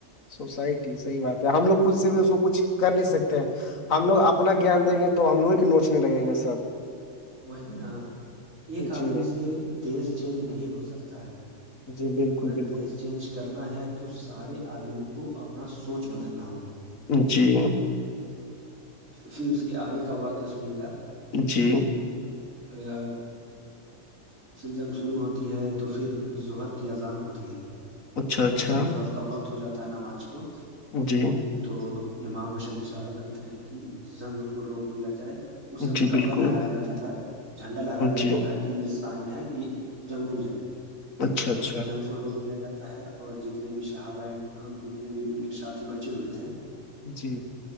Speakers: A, on the left (about 65°); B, on the right (about 60°).
A: سوسائٹی صحیح بات ہے ہم لوگ خود سے بھی اس کو کچھ کر نہیں سکتے ہیں ہم لوگ اپنا گیان دیں گے تو ہم لوگ ہی کے نوچنے لگیں گے سب
B: وہی نا ایک آدمی
A: جی
B: سے دیش چینج نہیں ہو سکتا ہے
A: جی بالکل
B: اگر
A: بالکل
B: دیس چینج کرنا ہے تو تو سارے آدمی کو اپنا سوچ بدلنا ہوگا
A: جی <inaudible>
B: پھر اس کے آگے کا واقع سنیے گا
A: جی
B: ا <inaudible> پر جنگ شروع ہوتی ہے تو پھر ظہر کی اذان ہوتی ہے
A: اچھا اچھا
B: ظہر کا وقت ہو جاتا ہے نا مارچ کو
A: جی
B: تو امام حسین اشارہ کرتے ہیں کہ زنگ کو روک دیا جائے اس سمے
A: جی
B: کپڑا
A: بالکل
B: لہرایا جاتا تھا جھنڈا لہرایا جاتا
A: جی
B: تھا کہ یہ سائن ہے کہ جنگ رک جائے
A: اچھا
B: تو
A: اچھا
B: جنگ کو روک دیا جاتا ہے اور جتنے بھی شہابہام جتنے بھی ان کے ساتھی بچے ہوئے تھے
A: جی